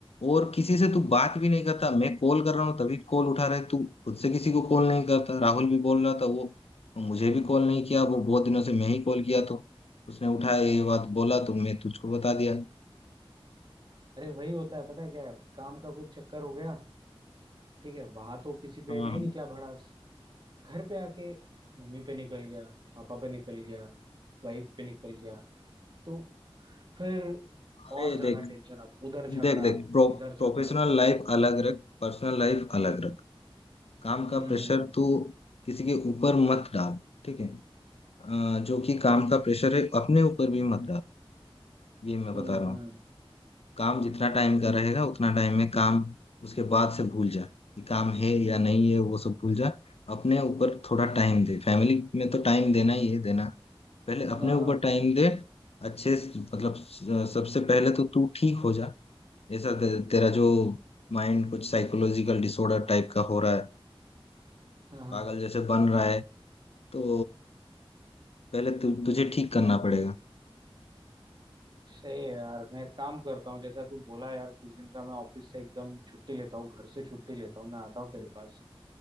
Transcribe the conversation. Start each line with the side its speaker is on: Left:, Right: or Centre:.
Left: और किसी से तू बात भी नहीं करता मैं कॉल कर रहा हूँ तभी कॉल उठा रहा है तू खुद से किसी को कॉल नहीं करता राहुल भी बोल रहा था वो मुझे भी कॉल नहीं किया वो बहुत दिनों से मैं ही कॉल किया तो उसने उठाया ये बात बोला तो मैं तुझको बता दिया
Right: अरे वही होता है पता है क्या है? काम का कुछ चक्कर हो गया ठीक है वहां तो किसी पे
Left: हाँ
Right: नहीं
Left: हाँ।
Right: निकला भड़ास घर पे आके मम्मी पे निकल गया पापा पे निकल गया वाइफ पे निकल गया तो फिर
Left: अरे
Right: और ज्यादा
Left: देख
Right: टेंशन अब उधर झगड़ा
Left: देख देख प्रो,
Right: इधर झगड़ा
Left: प्रोफेशनल लाइफ अलग रख पर्सनल लाइफ अलग रख काम
Right: हम्म
Left: का प्रेशर तू किसी के ऊपर मत डाल ठीक है अ, जो कि काम का प्रेशर है अपने ऊपर भी मत डाल ये मैं बता
Right: हम्म
Left: रहा हूँ
Right: हम्म
Left: काम जितना टाइम का रहेगा उतना टाइम में काम उसके बाद से भूल जा कि काम है या नहीं है वो सब भूल जा अपने ऊपर थोड़ा टाइम दे फैमिली में तो टाइम देना ही है देना पहले अपने
Right: हाँ हाँ
Left: ऊपर टाइम दे अच्छे से- मतलब स- सबसे पहले तो तू ठीक हो जा ऐसा ते- तेरा जो माइंड कुछ साइकोलॉजिकल डिसऑर्डर टाइप का हो रहा है
Right: हाँ हाँ।
Left: पागल जैसे बन रहा है तो पहले तु, तुझे ठीक करना पड़ेगा
Right: सही है यार मैं काम करता हूँ जैसा तू बोला यार कुछ दिन का मैं ऑफिस से एकदम छुट्टी लेता हूँ घर से छुट्टी लेता हूँ मैं आता हूँ तेरे पास